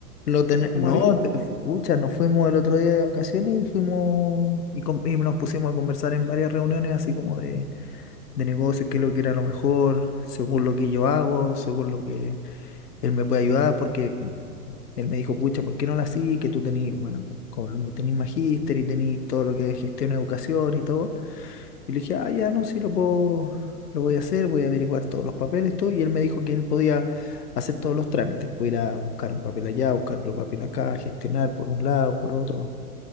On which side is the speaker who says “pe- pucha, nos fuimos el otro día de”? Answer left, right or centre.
Left